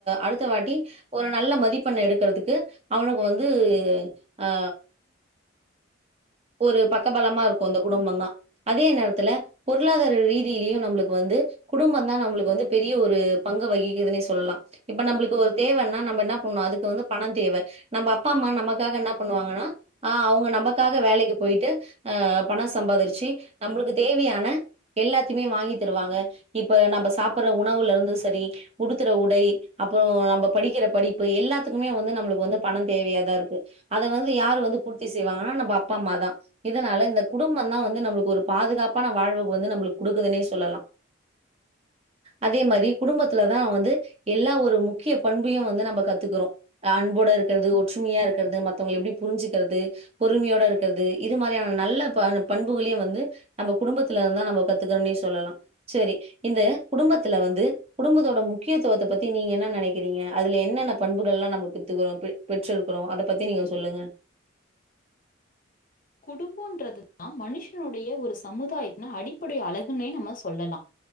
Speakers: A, on the right; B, on the left.
A: அடுத்த வாட்டி ஒரு நல்ல மதிப்பெண்ண எடுக்குறதுக்கு அவனுக்கு வந்து அ அ ஒரு பக்கபலமா இருக்கு அந்த குடும்போந்தா அதே நேரத்துல பொருளாதார ரீதியிலேயு நம்பளுக் கு வந்து குடும்போ தா நம்பளுக்கு வந்து பெரிய ஒரு பங்க வகிக்குதுன்னே சொல்லலா இப்ப நம்பளுக்கு ஒரு தேவன்னா நம்ப என்ன பண்ணுவோ அதுக்கு வந்து பண தேவ நம்ப அப்பா அம்மா நமக்காக என்ன பண்ணுவாங்கன்னா ஆ அவங்க நமக்காக வேலைக் போய்ட்டு அ பணோ சம்பாதிரிச்சு நம்பளுக்கு தேவையான எல்லாத்தையுமே வாங்கித் தருவாங்க இப்ப நம்ப சாப்புடுற உணவுல இருந்து சரி உடுத்துற உடை அப்புறோ நம்ம படிக்கிற படிப்பு எல்லாத்துக்குமே வந்து நம்மளுக்கு வந்து பண தேவையாதா இருக்கு அத வந்து யாரு வந்து பூர்த்தி செய்வாங்கனா நம்ப அப்பா அம்மா தா இதனால இந்த குடும்பந்தா வந்து நம்மளுக்கு ஒரு பாதுகாப்பான வாழ்வுக்கு வந்து நம்மளுக்கு கொடுக்குதுன்னே சொல்லலா அதே மாரி குடும்பத்துலதா வந்து எல்லா ஒரு முக்கிய பண்பையு வந்து நம்ப கத்துக்குறோ அன்போட இருக்குறது ஒற்றுமையா இருக்குறது மத்தவங்கள எப்டி புரிஞ்சுக்குறது பொறுமையோட இருக் குறது இது மாரியான நல்ல பண் பண்புகளையு வந்து நம்ம குடும்பத்துல இருந்தா நம்ம காதுக்குறோன்னே சொல்லலா செரி இந்த குடும்பத்துல வந்து குடும்பத்தோட முக்கியத்துவத்த பத்தி நீங்க என்ன நேனைக்கிறீங்க அதுல என்ன னன்ன பண்புகள் எல்லா நம்ம பெத்துக்குறோ பெ பெற்றிருக்குறோ அத பத்தி நீங்க சொல்லுங்க
B: குடும்போன்றது தா மனுஷனுடைய ஒரு சமுதாயத்தின் அடிப்படை அழகுன்னே நம்ம சொல்லலா